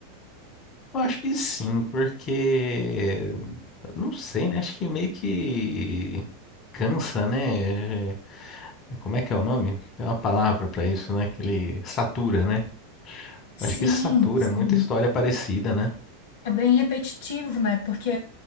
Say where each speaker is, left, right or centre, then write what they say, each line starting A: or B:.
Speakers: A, on the left; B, on the left.
A: Eu acho que sim, porque Não sei, né? Acho que meio que cansa, né? É- Como é que é o nome? Tem uma palavra pra isso, né? Que ele satura, né?
B: Sim,
A: Acho que satura,
B: sim.
A: é muita história parecida, né?
B: É bem repetitivo, né? Porque